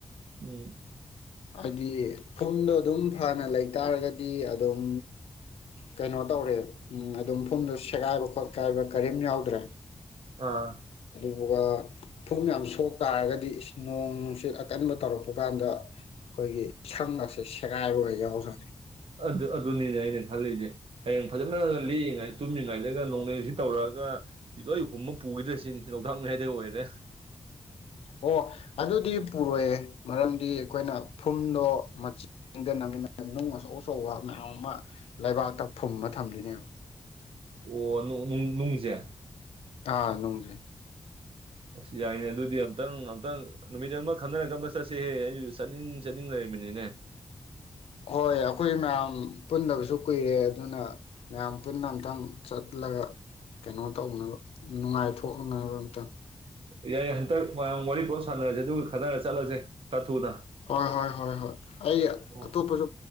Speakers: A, on the right (about 65°); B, on the left (about 85°).
A: ꯎꯝ
B: ꯍꯥꯏꯗꯤ ꯐꯨꯝꯗꯣ ꯑꯗꯨꯝ ꯐꯅ ꯂꯩꯇꯥꯥꯔꯒꯗꯤ ꯑꯗꯨꯝ ꯀꯩꯅꯣ ꯇꯧꯔꯦ ꯑꯗꯨꯝ ꯐꯨꯝꯗꯣ ꯁꯦꯒꯥꯏꯕ ꯈꯣꯠꯀꯥꯏꯕ ꯀꯔꯤꯝ ꯌꯥꯎꯗ꯭ꯔꯦ
A: ꯑꯥ
B: ꯑꯗꯨꯒ ꯊꯨꯝ ꯌꯥꯝ ꯁꯣꯛ ꯇꯥꯔꯒꯗꯤ ꯅꯣꯡ ꯅꯨꯡꯁꯤꯠ ꯑꯀꯟꯕ ꯇꯧꯔꯛꯄ ꯀꯥꯟꯗ ꯑꯩꯈꯣꯏꯒꯤ ꯁꯪ ꯑꯁꯦ ꯁꯦꯒꯥꯏꯕꯒ ꯌꯥꯎꯖꯅꯤ
A: ꯑꯗꯨ ꯑꯗꯨꯅꯤꯅꯦ ꯑꯩꯅ ꯈꯜꯂꯤꯁꯦ ꯍꯌꯦꯡ ꯐꯖꯅ ꯂꯤꯛꯏꯉꯩꯗ ꯇꯨꯝꯃꯤꯉꯩꯗ ꯅꯣꯡꯂꯩꯁꯤ ꯇꯧꯔꯑꯒ ꯂꯣꯏ ꯍꯨꯝꯃ ꯄꯨꯈꯤꯗ꯭ꯔꯦ ꯁꯤꯅꯤ ꯂꯣꯛꯇꯥꯛ ꯃꯌꯥꯏꯗ ꯑꯣꯏꯔꯦ
B: ꯑꯣ ꯑꯗꯨꯗꯤ ꯄꯨꯔꯣꯏꯌꯦꯦ ꯃꯔꯝꯗꯤ ꯑꯩꯈꯣꯏꯅ ꯐꯨꯝꯗꯣ ꯃꯆꯤꯟꯗ ꯅ ꯅꯨꯡ ꯑꯆꯧ ꯑꯆꯧꯕ ꯃꯌꯥꯝ ꯑꯃ ꯂꯩꯕꯥꯛꯇ ꯐꯨꯝꯕ ꯊꯝꯗꯣꯏꯅꯦꯕ
A: ꯑꯣ ꯅꯨꯡꯁꯦ
B: ꯑꯥ ꯅꯨꯡꯖꯦ
A: ꯑꯁ ꯌꯥꯏꯅꯦ ꯑꯗꯨꯗꯤ ꯑꯝꯛꯇꯪ ꯑꯝꯇꯪ ꯅꯨꯃꯤꯠ ꯑꯃ ꯈꯟꯅꯔꯀ ꯑꯃ ꯆꯠꯁꯦꯍꯦ ꯑꯩꯁꯨ ꯆꯠꯅꯤꯡ ꯆꯠꯅꯤꯡ ꯂꯩꯔꯝꯃꯤꯅꯤꯅꯦ
B: ꯍꯣꯏ ꯑꯩꯈꯣꯏ ꯃꯌꯥꯝ ꯄꯨꯟꯗꯕꯁꯨ ꯀꯨꯏꯔꯦ ꯑꯗꯨꯅ ꯃꯌꯥꯝ ꯄꯨꯟꯅ ꯑꯝꯛꯇꯪ ꯆꯠꯂꯒ ꯀꯩꯅꯣ ꯇꯧꯅꯕ ꯅꯨꯡꯉꯥꯏꯊꯣꯛꯅꯕ ꯑꯝꯇꯪ
A: ꯌꯥꯏ ꯍꯟꯇꯛ ꯃꯌꯥꯝ ꯋꯥꯔꯤ ꯄꯣꯠ ꯁꯥꯟꯅꯔꯁꯦ ꯑꯗꯨꯒ ꯈꯠꯟꯅꯔ ꯆꯠꯂꯁꯦ ꯈꯔ ꯊꯨꯅ
B: ꯍꯣꯏ ꯍꯣꯏ ꯍꯣꯏ ꯍꯣꯏ ꯑꯩ
A: ꯑꯣ
B: ꯑꯇꯣꯞꯄꯁꯨ